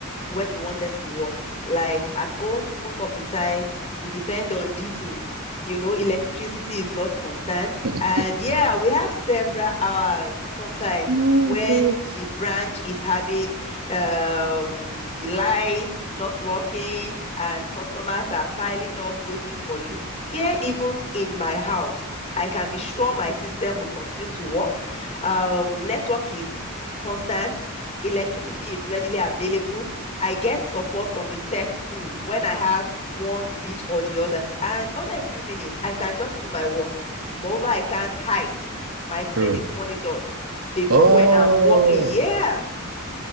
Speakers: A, on the left (about 30°); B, on the right (about 80°).
A: when you want them to work. Like at home, most of the time, we depend on diesel. You know, electricity is not constant.
B: <laughs>
A: And yeah, we have several hours sometimes
B: My
A: when
B: God.
A: the branch is having um, the light not working and customers are piling up waiting for you. Here, even in my house, I can be sure my system will continue to work um network is constant. Electricity is readily available. I get support from the tech crew when I have one glitch or the other. And after a few minutes, I can just do my work. Moreover, I can't hide. My screen
B: True.
A: is monitored. They know
B: Oh,
A: when I'm working. Yeah,